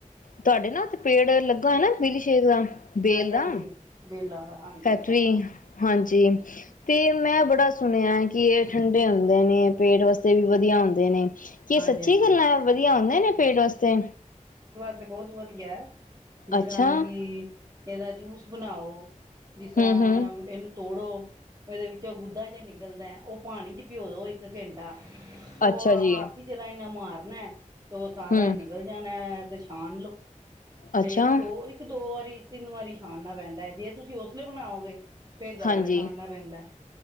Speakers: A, on the left; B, on the right.
A: ਤੁਹਾਡੇ ਨਾ ਓਥੇ ਪੇੜ ਲੱਗਾ ਹੋਏ ਨਾ ਵਿਲੀ ਸ਼ੇ ਦਾ। ਬੇਲ
B: ਹਾਂਜੀ,
A: ਦਾ।
B: ਹਾਂਜੀ ਵੇਲਾ ਦਾ, ਹਾਂਜੀ।
A: ਫੈਕਟਰੀ, ਹਾਂਜੀ ਤੇ ਮੈਂ ਬੜਾ ਸੁਣਿਆ ਕਿ ਇਹ ਠੰਡੇ ਹੁੰਦੇ ਨੇ ਪੇਟ ਵਾਸਤੇ ਵੀ ਵਧੀਆ ਹੁੰਦੇ ਨੇ ਕੀ
B: ਹਾਂਜੀ
A: ਸੱਚੀ
B: ਹਾਂਜੀ
A: ਗੱਲਾਂ ਵਧੀਆ ਹੁੰਦੇ ਨੇ ਪੇਟ ਵਾਸਤੇ?
B: ਜੀ ਬਹੁਤ ਵਧੀਆ ਹੈ। ਜਿਸ
A: ਅੱਛਾ
B: ਤਰ੍ਹਾਂ ਕਿ ਇਹਦਾ ਜੂਸ ਬਣਾਓ ਜਿਸ ਤਰ੍ਹਾਂ
A: ਹੂੰ ਹੂੰ
B: ਇਹਨੂੰ ਤੋੜੋ ਇਹਦੇ ਵਿੱਚੋਂ ਗੁੱਧਾ ਜਿਹਾ ਨਿਕਲਦਾ ਉਹ ਪਾਣੀ ਚ ਪਿਓ ਦੋ ਇੱਕ ਘੰਟਾ। ਤੋ
A: ਅੱਛਾ ਜੀ
B: ਹਾਥੀ ਜੜ ਇੰਨਾ ਮਾਰਨਾ ਤੇ ਉਹ ਸਾਰਾ
A: ਹੂੰ
B: ਨਿਕਲ ਜਾਣਾ ਤੇ ਛਾਣ ਲੋਓ ਫੇਰ
A: ਅੱਛਾ
B: ਇੱਕ ਦੋ ਇੱਕ ਦੋ ਵਾਰੀ ਤਿੰਨ ਵਾਰੀ ਛਾਨਾ ਪੈਂਦਾ ਜੇ ਤੁਸੀਂ ਉਸ ਲਈਲੇ ਬਣਾਓਗੇ ਫੇਰ ਜ਼ਿਆਦਾ
A: ਹਾਂਜੀ
B: ਛਾਣਨਾ ਪੈਂਦਾ